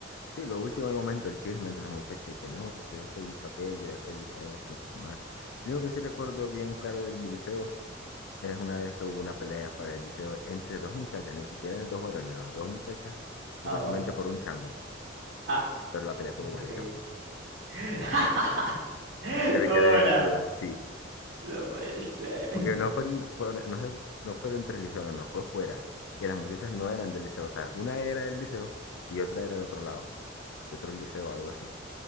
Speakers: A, on the left; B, on the right.
A: sí, lo último del momento, el chisme entre los muchachos y que no, porque esto hizo aquello y aquel hizo esto, y así que más. Lo único que sí recuerdo bien claro del video Es una vez que hubo una pelea fuera del liceo entre dos muchachas, ni siquiera dos varones, no, dos muchachas, supuestamente
B: Ah, bueno.
A: por un chamo,
B: Ah,
A: pero la pelea estuvo
B: increíble.
A: buena, chamo.
B: <laughs> Estuvo
A: <laughs> Yo me quedé
B: buena.
A: viéndola, sí,
B: No puede ser.
A: porque no fue, fue- no, sé- no fue dentro del liceo, no, no, fue fuera. Y las muchachas no eran del liceo, o sea, una era del liceo y otra era de otro lado, de otro liceo o algo así.